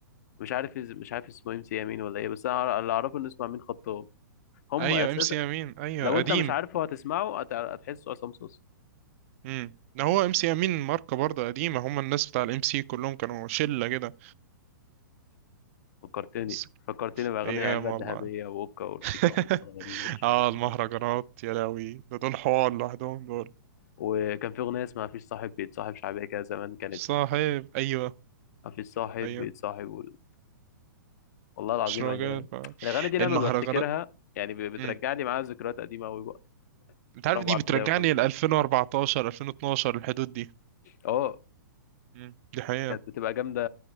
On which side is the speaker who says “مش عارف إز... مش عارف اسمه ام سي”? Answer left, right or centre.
Left